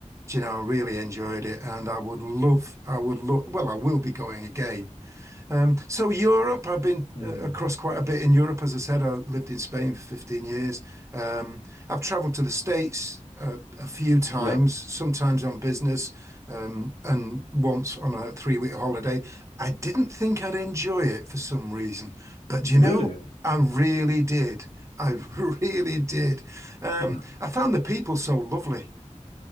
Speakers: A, on the right; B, on the left.
A: do you know, I really enjoyed it, and I would love, I would love, well, I will be going again. Um, So Europe, I've been
B: Hmm.
A: uh, across quite a bit in Europe. As I said, I lived in Spain for 15 years. Um, I've traveled to the States uh, a few times,
B: Yeah.
A: sometimes on business, um, and once on a three-week holiday. I didn't think I'd enjoy it for some reason, but do you
B: Really?
A: know, I really did. I <laughs> really did. Um,
B: <laughs>
A: I found the people so lovely.